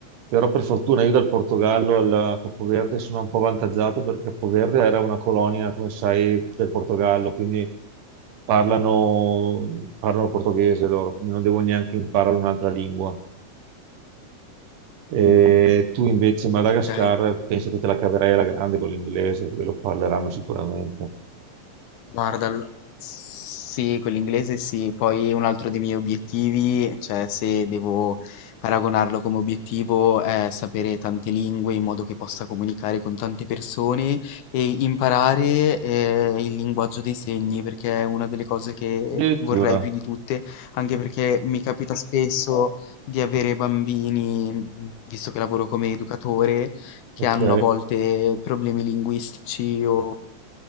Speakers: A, on the right (about 80°); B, on the left (about 75°).
A: Però per fortuna io dal Portogallo al Capoverde sono un po' avvantaggiato perché Capoverde era una colonia, come sai, del Portogallo, quindi parlano, parlano portoghese loro, quindi non devo neanche imparare un'altra lingua. E tu invece in Madagascar
B: Ok?
A: penso che te la caverai alla grande con l'inglese, dove lo parleranno sicuramente.
B: Guarda, l- sì, quell'inglese sì, poi un altro dei miei obiettivi, cioè se devo paragonarlo come obiettivo, è sapere tante lingue in modo che possa comunicare con tante persone e imparare eh, il linguaggio dei segni, perché è una delle cose che
A: Addirittura,
B: vorrei più di tutte, anche perché mi capita spesso di avere bambini, mh, visto che lavoro come educatore, che
A: ok,
B: hanno a volte problemi linguistici o